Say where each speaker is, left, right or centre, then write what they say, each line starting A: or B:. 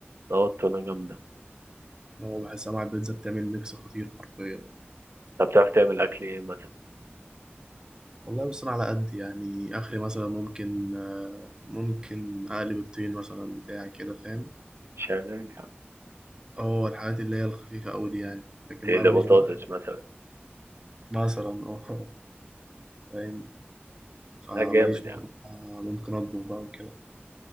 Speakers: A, on the right (about 80°); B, on the right (about 20°).
A: اه التونة جامدة
B: هو بحسها مع البيتزا بتعمل ميكس خطير حرفيا
A: طب بتعرف تعمل أكل إيه مثلا؟
B: والله بص انا على قد يعني اخري مثلا ممكن آه، ممكن اقلب الطين مثلا بتاع كده فاهم
A: شغال يا عم
B: اه الحاجات اللي هي الخفيفه قوي دي يعني لكن
A: تقلي
B: بقى ماليش
A: بطاطس
B: بقى
A: مثلا
B: مثلا اه فاهم فماليش
A: لا جامد
B: بقى
A: يا عم
B: آه، ممكن اطبخ بقى وكده